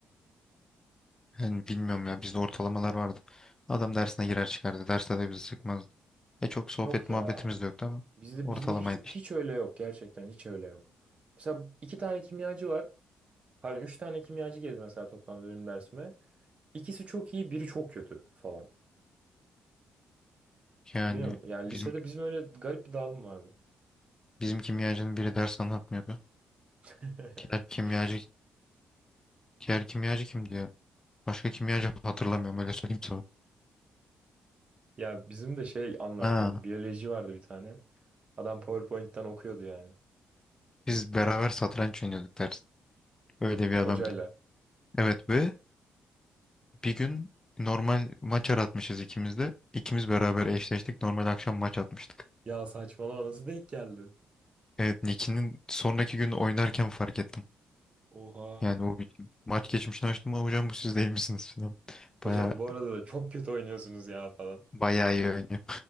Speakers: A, on the left (about 25°); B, on the right (about 45°).
A: Yani bilmiyorum ya bizde ortalamalar vardı. Adam dersine girer çıkardı. Derste de bizi sıkmazdı. E çok sohbet
B: Yok ya.
A: muhabbetimiz de yoktu ama
B: Bizde
A: ortalamaydı
B: bizde hiç hiç
A: işte.
B: öyle yok gerçekten hiç öyle yok. Mesela iki tane kimyacı var. Pardon üç tane kimyacı girdi mesela toplamda benim dersime. İkisi çok iyi, biri çok kötü falan.
A: Yani
B: Bilmiyorum yani
A: bizim
B: lisede bizim öyle garip bir dağılım vardı.
A: bizim kimyacının biri ders anlatmıyordu.
B: <laughs>
A: Diğer kimyacı diğer kimyacı kim diyor. Başka kimyacı hatırlamıyorum öyle söyleyeyim sana.
B: Ya bizim de şey anlatmıyordu.
A: Ha,
B: Biyoloji vardı bir tane. Adam PowerPoint'ten okuyordu yani.
A: biz beraber satranç oynuyorduk ders. Öyle bir adamdı.
B: Hocayla.
A: Evet ve bir gün normal maç aratmışız ikimiz de. İkimiz beraber eşleştik. Normal akşam maç atmıştık.
B: Ya saçmalama nasıl denk geldi?
A: Evet Niki'nin sonraki gün oynarken fark ettim.
B: Oha.
A: Yani o bir maç geçmişini açtım ama hocam bu siz değil misiniz falan.
B: Hocam
A: Baya
B: bu arada da çok kötü oynuyorsunuz ya falan.
A: bayağı iyi oynuyor.